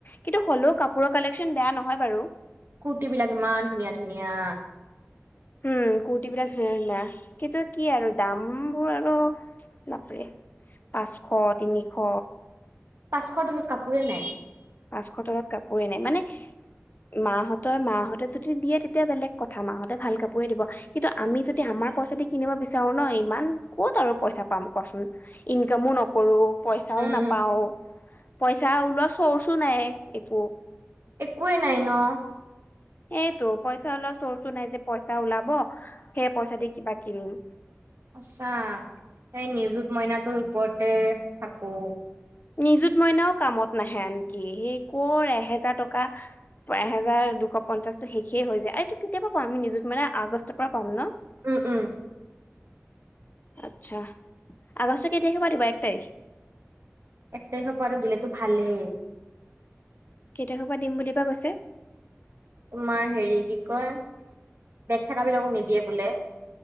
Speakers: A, on the left (about 40°); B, on the right (about 60°).
A: কিন্তু হ'লেও কাপোৰৰ কালেকচন বেয়া নহয় বাৰু।
B: কুুতি বিলাক ইমান ধুনীয়া, ধুনীয়া।
A: উম, কুৰ্তি বিলাক ধুনীয়া, ধুনীয়া কিন্তু কি আৰু দামবোৰ আৰু বাপৰে পাচশৰ, তিনিশ
B: পাচশৰ তলত কাপোৰে নাই।
A: পাচশৰ তলত কাপোৰে নাই মানে। মা হতৰ মা হতে যদি দিয়ে তেতিয়া বেলেগ কথা মা হতে ভাল কাপোৰে দিব। কিন্তু আমি যদি আমাৰ পইচা দি কিনিব বিচাৰো ন ইমান ক'ত আৰু পইচা পাম কোৱাচোন। ইনকামো নকৰো। পইচাও
B: উম
A: নাপাও, পইচা ওলোৱা চৰ্চো নাই একো।
B: একোৱেই নাই ন।
A: সেইটো পইচা ওলোৱা চৰ্চো নাই যে পইচা ওলাব সেই পইচাতে কিবা কিনিম।
B: সচা এই নিযুত মইনাটোৰ ওপৰতে থাকো।
A: নিজুত মইনাও কামত নাহে আনকি সি কৰ এহেজাৰ টকা এহেজাৰ দুশ পঞ্চাশ টো শেষেই হৈ যায় এইটো কেতিয়া পৰা পাম আমি নিজত মানে আগষ্টৰ পৰা পাম ন
B: উম উম
A: আচ্ছা আগষ্ট কেই তাৰিখৰ পৰা দিব এক তাৰিখ
B: এক তাৰিখৰ পৰাটো দিলে তো ভালে
A: কেই তাৰিখৰ পৰা দিম বুলি বা কৈছে
B: তোমাৰ হেৰি কি কয় বেগ থকা বিলাকো নিদিয়ে বোলে